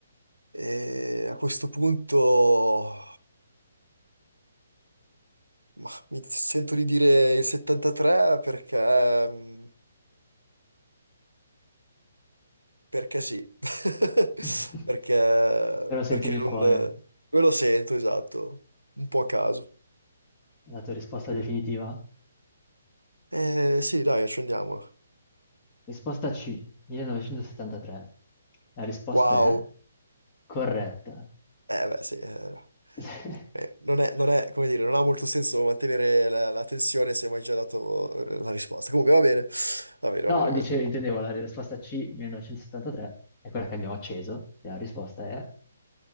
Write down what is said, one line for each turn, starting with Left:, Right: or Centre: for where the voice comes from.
Right: E a questo punto ma, mi sento di dire il 73 perché, mm, perché sì, <laughs>
Left: <laughs>
Right: perché,
Left: Però senti
Right: perché
Left: nel
Right: non
Left: cuore
Right: me lo sento, esatto, un po' a caso.
Left: la tua risposta definitiva.
Right: Eh, sì, dai, accendiamola.
Left: Risposta C, 1973. La risposta
Right: Wow,
Left: è corretta.
Right: eh beh sì. eh.
Left: <laughs>
Right: Eh, non è, non è, come dire, non ha molto senso mantenere la, la tensione se mi hai già dato eh, la risposta. Comunque va bene, va bene,
Left: No,
Right: va bene, va
Left: dice,
Right: bene.
Left: intendevo la risposta C, 1973, è quella che abbiamo acceso, e la risposta è...